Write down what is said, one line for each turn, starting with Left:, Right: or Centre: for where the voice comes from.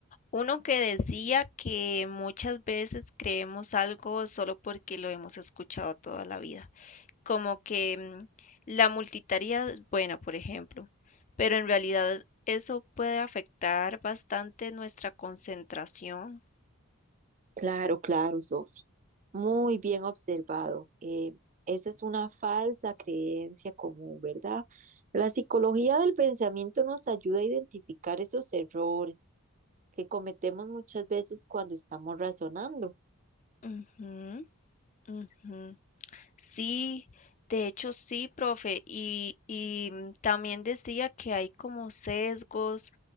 Left: Uno que decía que muchas veces creemos algo solo porque lo hemos escuchado toda la vida. como que mm, la multitarea es buena, por ejemplo, pero en realidad eso puede afectar bastante nuestra concentración.
Right: Claro, claro, Sofi. Muy bien observado. Eh, esa es una falsa creencia común, ¿verdad? La psicología del pensamiento nos ayuda a identificar esos errores que cometemos muchas veces cuando estamos razonando.
Left: Ujú, ujú. Sí, de hecho sí, profe, y, y mm, también decía que hay como sesgos,